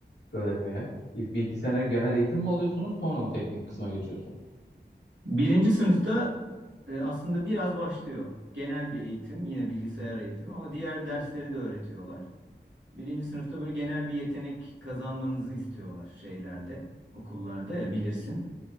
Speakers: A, on the left (about 80°); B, on the right (about 85°).
A: öğretmeye? İlk bir iki sene genel eğitim mi alıyorsunuz, sonra mı teknik kısma geçiyorsunuz?
B: Birinci sınıfta e, aslında biraz başlıyor. Genel bir eğitim, yine bilgisayar eğitimi ama diğer dersleri de öğretiyorlar. Birinci sınıfta böyle genel bir yetenek kazanmanızı istiyorlar şeylerde, okullarda ya bilirsin.